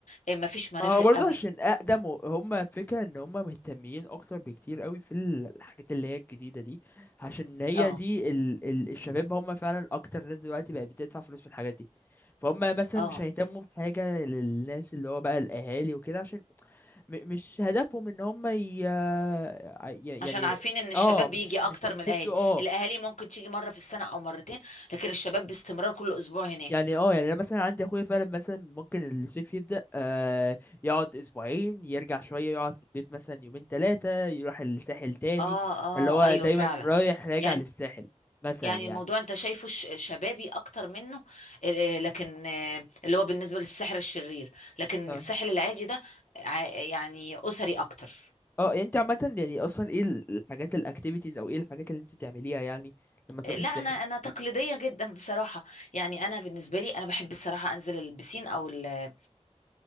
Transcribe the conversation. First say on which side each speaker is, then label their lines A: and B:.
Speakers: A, on the left; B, on the left.
A: إيه، ما فيش مرافق
B: ما هو برضه
A: قوي
B: عشان اقدم و- هم فكرة ان هم مهتمين اكتر بكتير قوي في ال- الحاجات اللي هي الجديدة دي عشان هي
A: اه
B: دي ال ال الشباب هم فعلا اكتر ناس دلوقتي بقت بتدفع فلوس في الحاجات دي فهم مثلا
A: اه
B: مش هيهتموا بحاجة للناس اللي هو بقى الاهالي وكده عشان م مش هدفهم ان هم ي ع- ي-
A: عشان
B: يعني
A: عارفين ان الشباب
B: اه مش
A: بيجي اكتر
B: مش بيشدوا
A: من الاهالي
B: آه،
A: الاهالي ممكن تيجي مرة في السنة او مرتين لكن الشباب باستمرار كل اسبوع هناك
B: يعني اه يعني انا مثلا عندي اخويا فعلا مثلا ممكن الصيف يبدأ آه يقعد اسبوعين يرجع شوية يقعد في البيت مثلا يومين ثلاثة يروح الساحل تاني
A: اه اه
B: فاللي هو
A: ايوه
B: دايما
A: فعلا
B: رايح راجع
A: يعني
B: للساحل مثلا
A: يعني
B: يعني
A: الموضوع انت شايفه ش- شبابي اكتر منه ال- آه، لكن آه، اللي هو بالنسبة للسحر الشرير لكن
B: اه
A: السحر العادي ده ع- يعني اسري اكتر
B: اه يعني انت عامة يعني اصلا ايه ال- الحاجات الاكتيفيتيز او ايه الحاجات اللي انت بتعمليها يعني لما تروحي
A: لا
B: الساحل
A: انا انا تقليديه جدا بصراحه يعني انا بالنسبه لي انا بحب الصراحه انزل البسين او ال-